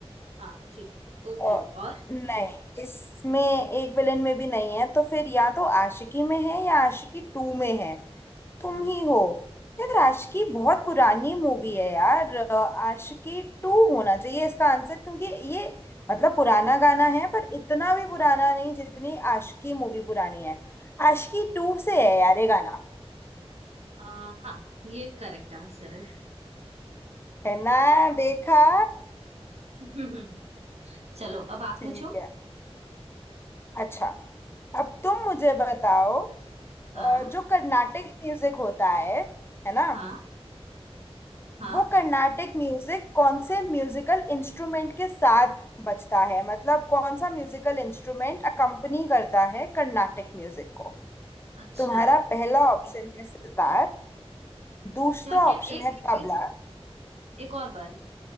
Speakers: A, on the right; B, on the left.
A: हाँ ठीक है ओके
B: अ,
A: और
B: नहीं इसमें एक विलेन में भी नहीं है तो फिर या तो आशिकी में है या आशिकी टू में है तुम
A: हाँ
B: ही हो यार आशिकी बहुत पुरानी मूवी है यार अ, आशिकी टू होना चाहिए इसका आंसर क्योंकि ये मतलब पुराना गाना है पर इतना भी पुराना नहीं जितनी आशिकी मूवी पुरानी है आशिकी टू से है यार ये गाना
A: आ, हाँ ये करेक्ट आंसर है
B: है ना देखा
A: <laughs> चलो अब आप
B: ठीक
A: पूछो
B: है अच्छा अब तुम मुझे बताओ
A: हाँ
B: अ, जो कर्नाटिक म्यूजिक होता है है ना
A: हाँ हाँ
B: वो कर्नाटक म्यूजिक कौन से म्यूजिकल इंस्ट्रूमेंट के साथ बजता है मतलब कौन सा म्यूजिकल इंस्ट्रूमेंट अकम्पनी करता है कर्नाटक म्यूजिक को
A: अच्छा
B: तुम्हारा पहला ऑप्शन है सितार दूसरा
A: क्या क्या
B: ऑप्शन
A: एक
B: है
A: सेकंड,
B: तबला
A: एक एक और बारी